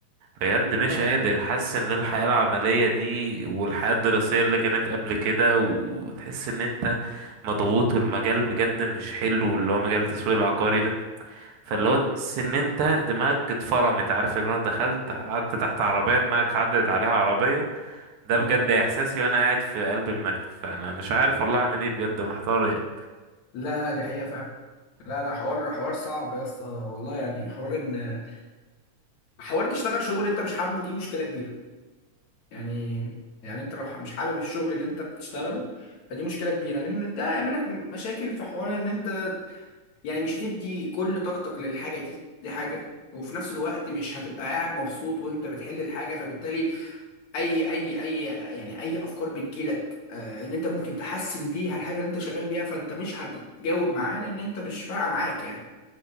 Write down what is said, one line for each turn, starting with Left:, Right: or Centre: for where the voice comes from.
Right: بجد
Left: امم
Right: مش
Left: فاهمك
Right: قادر حاسس ان الحياه العمليه دي والحياه الدراسيه اللي كانت قبل كده وتحس ان انت مضغوط والمجال بجد مش حلو اللي هو مجال التسويق العقاري ده فاللي
Left: اه
Right: هو تحس ان انت دماغك اتفرمت عارف اللي انا دخلت قعدت تحت عربيه دماغك عدت عليها عربيه ده
Left: اه
Right: بجد احساسي وانا قاعد في قلب المكتب فانا مش عارف والله اعمل ايه بجد محتار يعني
Left: لا لا دي حقيقة فعلا لا لا حوار حوار صعب يا اسطى والله يعني حوار ان حوار تشتغل شغل انت مش حابه دي مشكلة كبيرة يعني يعني انت لو ح- مش حابب الشغل اللي انت بتشتغله فدي مشكلة كبيرة لان ده هيعمل لك مشاكل في حوار ان انت يعني مش هتدي كل طاقتك للحاجة دي دي حاجة وفي نفس الوقت مش هتبقى قاعد مبسوط وانت بتحل الحاجة فبالتالي اي اي اي يعني اي افكار بتجيلك آه، ان انت ممكن تحسن بيها الحاجه اللي انت شغال بيها فانت مش هتتجاوب معاه لان انت مش فارقه معاك يعني